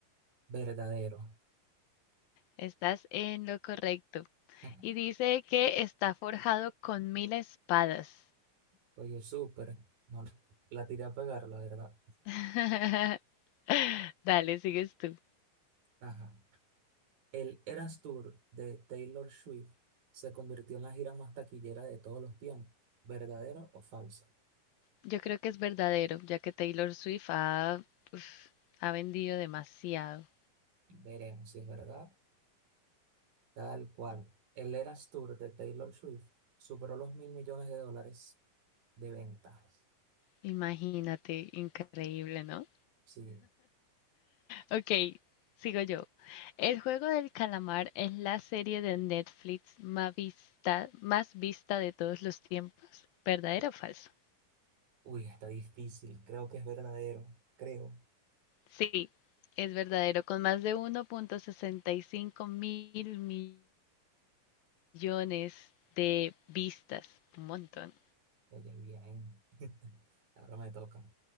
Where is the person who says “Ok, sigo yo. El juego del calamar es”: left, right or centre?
Left